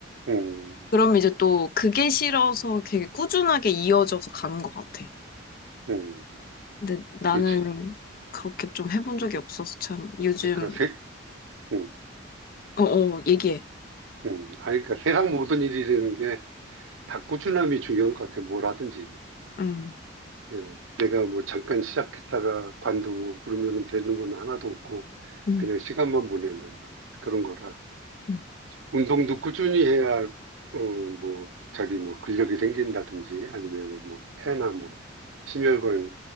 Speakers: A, on the right (about 75°); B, on the left (about 45°).
A: 음,
B: 그럼 이제 또 그게 싫어서 되게 꾸준하게 이어져서 가는 것 같아.
A: 음,
B: 근데 나는
A: 그렇지.
B: 그렇게 좀 해본 적이 없어서 참 요즘,
A: 그러니까 세, 음,
B: 어, 어, 얘기해.
A: 음. 아니, 그러니까 세상 모든 일이라는 게 다 꾸준함이 중요한 것 같아. 뭘 하든지.
B: 음,
A: 예, 내가 뭐 잠깐 시작했다가 관두고 그러면 되는 건 하나도 없고,
B: 음,
A: 그냥 시간만 보내면 그런 거라.
B: 음,
A: 운동도 꾸준히 해야, 어, 뭐, 자기 뭐 근력이 생긴다든지 아니면 뭐 폐나 뭐 심혈관